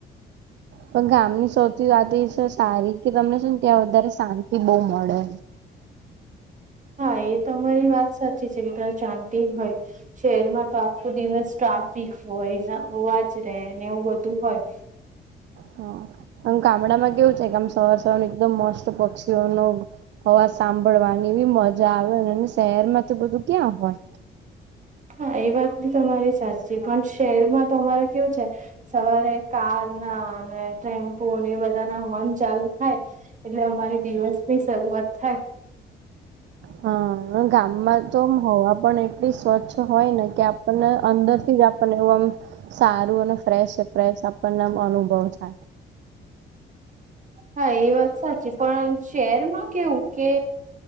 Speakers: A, on the right; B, on the right.
A: પણ ગામની સૌથી વાત એ છે સારી કે તમને શું ને ત્યાં વધારે શાંતિ બહુ મળે
B: હા એ તો અરી વાત સાચી છે કે તારે જતી હોય શહેરમાં તો આખો દિવસ ટ્રાફિક હોય હોવા જ રહે ને એવું બધું હોય
A: હા આમ ગામડામાં કેવું છે કે આમ સવાર સવારમાં એકદમ મસ્ત પક્ષીઓનું હવા સાંભળવાની બી મજા આવે અને શહેરમાં તો આવું બધું ક્યાં હોય
B: હા એ વાત બી તમારી સાચી પણ શહેરમાં તો અમારે કેવું છે. સવારે કારના અને ટેમ્પો એ બધાના હોર્ન ચાલુ થાય એટલે અમારી દિવસ ની શરૂઆત થાય
A: હા ગામમાં તો હવા પણ એટલી સ્વચ્છ હોય ને કે આપણને અંદરથી જ આપને એવુંમ સારું અને ફ્રેશ ફ્રેશ આપણને અનુભવ થાય.
B: હા, એ વાત સાચી પણ શહેરમાં કેવું કે